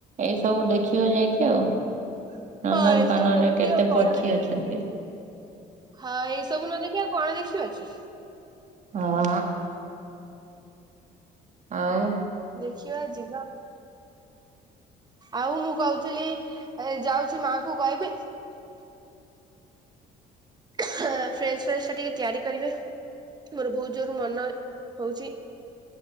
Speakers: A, on the right; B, on the right.
A: ଏଇ ସବୁ ଦେଖିବ ଯାଇକି ଆଉ। ନନ୍ଦନକାନନରେ
B: ହଁ ଏସବୁ ଦେଖିବ
A: କେତେ
B: ଆଉ କଣ
A: ପକ୍ଷୀ
B: ଦେଖିବ
A: ଅଛନ୍ତି।
B: କି? ହଁ ଏଇ ସବୁ ନ ଦେଖି କଣ ଦେଖିବା କି?
A: ହଁ। ଆଉ
B: ଦେଖିବା ଯିବା। ଆଉ ମୁଁ କହୁଥିଲି ଏ ଯାଉଛି ମାଙ୍କୁ କହିବି ଫ୍ରେଞ୍ଚ ପ୍ରାଇସ୍‌ ଟିକେ ତିଆରି କରିବେ। ମୋର ବହୁତ ଜୋର ମନ ହଉଛି।